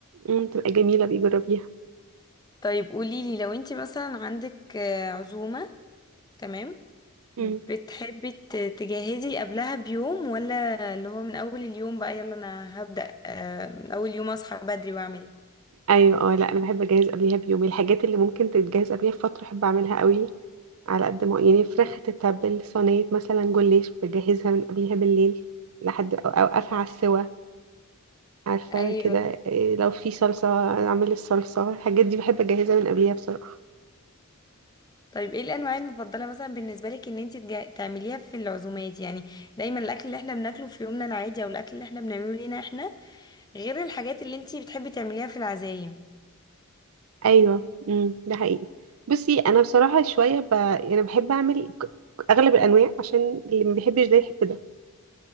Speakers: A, on the right; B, on the left.
A: امم تبقى جميلة بيجربيها
B: طيب قولي لي لو انتي مثلا عندك آه، عزومه تمام
A: امم
B: بتحبي ت- تجهزي قبلها بيوم ولا اللي هو من اول اليوم بقى يلا انا هبدأ آه، من اول يوم اصحى بدري واعمل
A: ايوه اه لا انا بحب اجهز قبليها بيوم الحاجات اللي ممكن تتجهز قبليها بفترة احب اعملها قوي على قد ما يعني فراخ تتبل صينية مثلا جوليش بجهزها من قبلها بالليل لحد أو- اوقفها على السوا عارفة
B: ايوه
A: كده إيه، لو في صلصة اعمل الصلصة الحاجات دي بحب اجهزها من قبليها بصراحة
B: طيب ايه الانواع المفضله مثلا بالنسبه لك ان انت تجا- تعمليها في العزومات يعني دايما الاكل اللي احنا بناكله في يومنا العادي او الاكل اللي احنا بنعمله لينا احنا غير الحاجات اللي انتي بتحبي تعمليها في العزايم
A: ايوه امم ده حقيقي بصي انا بصراحه شويه ب... يعني بحب اعمل ك- اغلب الانواع عشان اللي ما بيحبش ده يحب ده